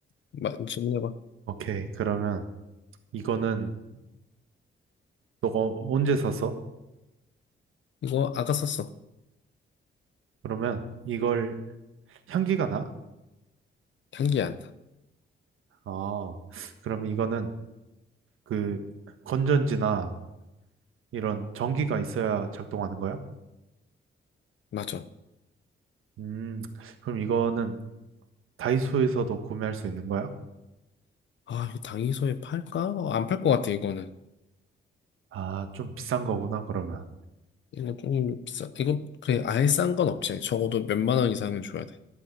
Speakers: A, on the left; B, on the right.
A: 마, 질문해봐.
B: 오케이. 그러면 이거는 너가 언제 샀어?
A: 이거 아까 썼어.
B: 그러면 이걸 향기가 나?
A: 향기 안 나.
B: 아, 그러면 이거는 그 건전지나 이런 전기가 있어야 작동하는 거야?
A: 맞아.
B: 음, 그럼 이거는 다이소에서도 구매할 수 있는 거야?
A: 아, 이거 당이소에 팔까? 안 팔 것 같아, 이거는.
B: 아, 좀 비싼 거구나, 그러면.
A: 이거 조금 비싸. 이거, 그래, 아예 싼 건 없지. 적어도 몇 만 원 이상은 줘야 돼.